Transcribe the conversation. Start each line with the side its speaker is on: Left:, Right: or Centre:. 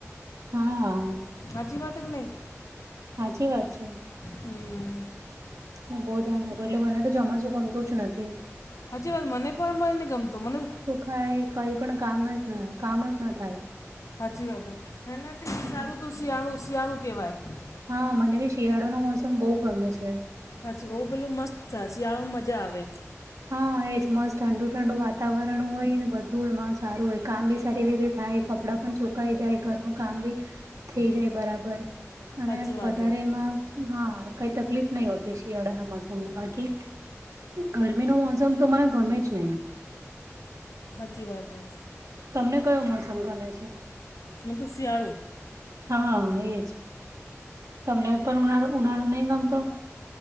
Right: હામમ
Left: હાજી વાત જ નહી.
Right: સાચી વાત છે.
Left: હમ.
Right: હ બહુ ધ્યાન રાખુ એકલે મને તો ચોમાશુ ગમતુ જ નથી.
Left: હજી વાત મને પણ મળી ને ગમતું. મને-
Right: ખાય કઈ પણ કામના જ કામ જ ના થાય.
Left: સાચી વાત હે એનાથી
Right: એટલે
Left: સારું તું શિયાળું શિયાળું કેવાય.
Right: હા મને બી શિયાળો નો મોસમ બહુ ગમે છે.
Left: હાછી ઓ પેલું મસ્ત થાય શિયાળોમાં મજા આવે.
Right: હા એજ મસ્ત ઠંડુ ઠંડુ વાતાવરણ હોય ને બધુંમાં સારું હોય કામ બી સારી રીતે થાય કપડાં પણ સુકાઈ જાય ઘરનું કામ ભી થઈ જાય બરાબર, અને
Left: સાચી વાત
Right: વધારે
Left: હે
Right: એમાં, હા કઈ તકલીફ નહી હોય. તે શિયાળાના મોસમ બાકી ગરમી નું મોસમ તો મને ગમે જ નઈ.
Left: હાચી વાત હૈ.
Right: તમને કયો મોસમ ગમે છે.?
Left: મને તુ શિયાળુ.
Right: હા હા એ જ! તમને પણ ઉનાળો ઉનાળો નહીં ગમતો.?